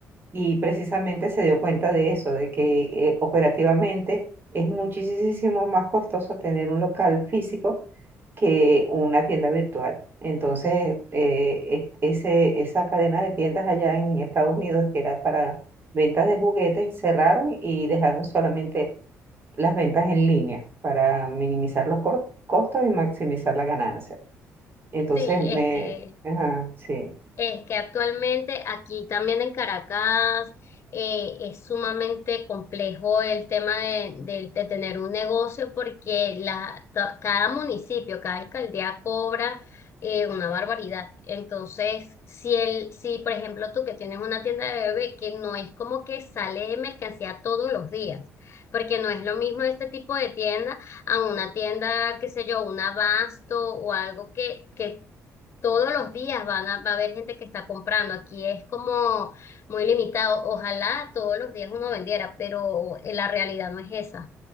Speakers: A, on the right; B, on the left.
A: y precisamente se dio cuenta de eso, de que eh, operativamente es muchísimo más costoso tener un local físico que una tienda virtual. Entonces, eh, es- ese, esa cadena de tiendas allá en Estados Unidos, que era para ventas de juguetes, cerraron y dejaron solamente las ventas en línea para minimizar los cor- costos y maximizar la ganancia. Entonces,
B: Sí,
A: me...
B: es que,
A: Ajá, sí,
B: es que actualmente aquí también en Caracas eh, es sumamente complejo el tema de, de- de tener un negocio porque la, to- cada municipio, cada alcaldía cobra eh, una barbaridad. Entonces, si, el, si por ejemplo tú que tienes una tienda de bebé que no es como que sale de mercancía todos los días, porque no es lo mismo este tipo de tienda a una tienda, qué sé yo, un abasto o algo que, que todos los días van a, va a haber gente que está comprando. Aquí es como muy limitado. Ojalá todos los días uno vendiera, pero eh, la realidad no es esa